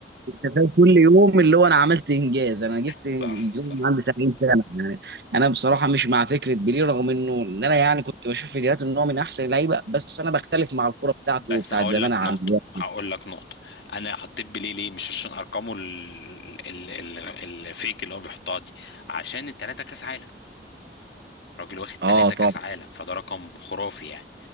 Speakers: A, on the right; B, on the left.
A: أنت فاهم كل يوم اللي هو انا عملت انجاز انا جبت
B: صح
A: يوم
B: صح
A: عندي 70 سنه يعني انا بصراحه مش مع فكره بيليه رغم انه ان انا يعني كنت بشوف فيديوهات ان هو من احسن اللعيبه بس انا بختلف مع الكره بتاعته
B: بس
A: وبتاعت
B: هقول
A: زمان
B: لك
A: عن
B: نقطه
A: دلوقتي
B: هقول لك نقطه انا حطيت بيليه ليه مش عشان ارقامه ال... ال... ال... الفيك اللي هو بيحطها دي عشان التلاته كاس عالم راجل واخد
A: اه
B: ثلاثة
A: طبعا
B: كاس عالم فده رقم خرافي يعني